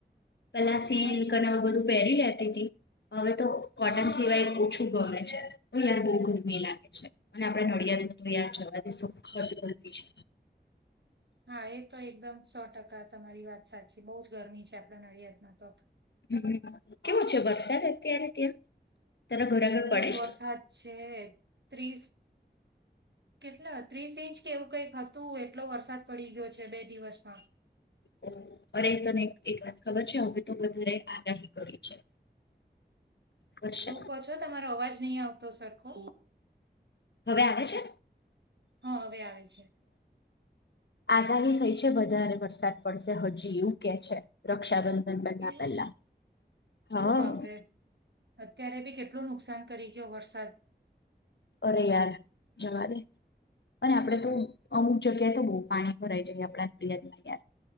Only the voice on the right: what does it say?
અચ્છા
હમ
હા એ તો એકદમ સો ટકા તમારી વાત સાચી બહુ જ ગરમી છે આપણા નડિયાદમાં તો?
બહુ
જ
વરસાદ છે ત્રીસ કેટલા ત્રીસ ઈંચ કે એવું કઈક હતું એટલો વરસાદ પડી ગયો છે બે દિવસમાં
શું કહો છો તમારો અવાજ નહીં આવતો સરખો
હ હવે આવે છે.
એ
ઓ
બાપરે અત્યારે બી કેટલું નુકસાન કરી ગ્યો વરસાદ?